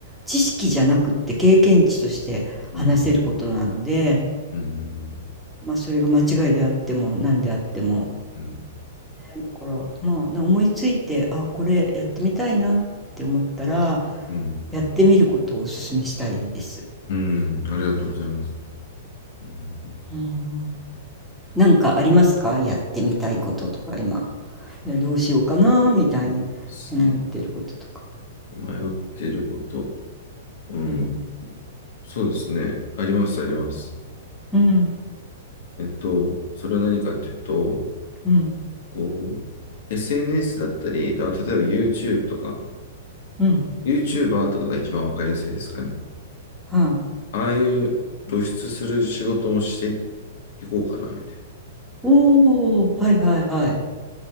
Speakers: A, in the centre; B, on the left.
A: 知識じゃなくって経験値として話せることなので、
B: うん、うん、
A: まあ、それが間違いであっても何であっても。
B: うん、
A: だからまあな思いついてあこれやってみたいなって思ったら
B: うん、うん、
A: やってみることをお勧めしたいです。
B: うんありがとうございます。うん、
A: うんなんかありますかやってみたいこととか今いやどうしようかなみたいに思ってることとか。
B: そうですね。迷っていること。うん、
A: うん
B: そうですね。あります、あります。
A: うん
B: えっと、それは何かっていうと、
A: うん
B: こう、SNS だったり、あ、例えば YouTube とか、
A: うん
B: YouTuber とかが一番わかりやすいですかね。
A: はい
B: ああいう露出する仕事もしていこうかな、みたい
A: おおはいはいはい
B: な。はい。